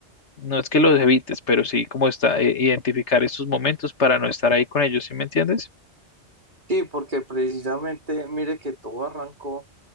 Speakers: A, on the left; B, on the right.
A: No es que los evites, pero sí como está, eh, identificar estos momentos para no estar ahí con ellos, ¿sí me entiendes?
B: Sí, porque precisamente, mire que todo arrancó,